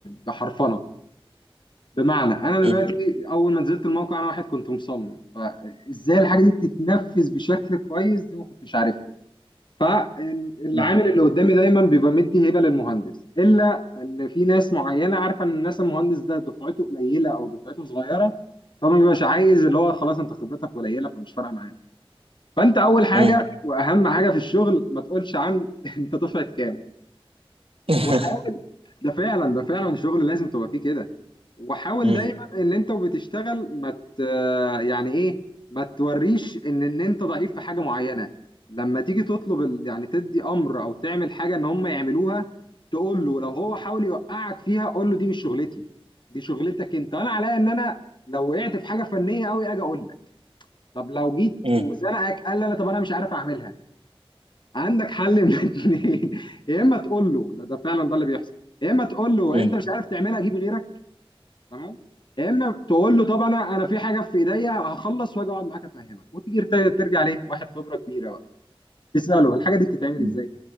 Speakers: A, on the left; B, on the right.
A: بحرفنة بمعنى انا دلوقتي
B: مم.
A: اول ما نزلت الموقع انا واحد كنت مصمم فازاي الحاجة دي تتنفذ بشكل كويس دي ما كنتش عارفها فالعامل
B: مم.
A: اللي قدامي دايما بيبقى مدي هبة للمهندس الا ان في ناس معينة عارفة ان الناس المهندس ده دفعته قليلة او دفعته صغيرة فما بيبقاش عايز اللي هو خلاص انت خبرتك قليلة فمش فارقة معانا فانت اول حاجه
B: مم.
A: واهم حاجه في الشغل ما تقولش عن <laughs> انت دفعه كام
B: <laughs>
A: وح- ده فعلا ده فعلا شغل لازم تبقى فيه كده وحاول
B: مم.
A: دايما ان انت وبتشتغل ما ت... يعني ايه ما توريش ان ان انت ضعيف في حاجه معينه لما تيجي تطلب ال... يعني تدي امر او تعمل حاجه ان هم يعملوها تقول له لو هو حاول يوقعك فيها قول له دي مش شغلتي دي شغلتك انت انا عليا ان انا لو وقعت في حاجه فنيه قوي اجي اقول لك طب لو جيت
B: مم.
A: وزنقك قال لي انا طب انا مش عارف اعملها عندك حل من <laughs> الاثنين يا اما تقول له ده ده فعلا ده اللي بيحصل يا اما تقول له
B: مم.
A: انت مش عارف تعملها جيب غيرك تمام يا اما تقول له طب انا انا في حاجه في ايديا هخلص واجي اقعد معاك افهمك وتيجي ت- ترجع ليه واحد خبره كبيره بقى تساله الحاجه دي بتتعمل
B: مم.
A: ازاي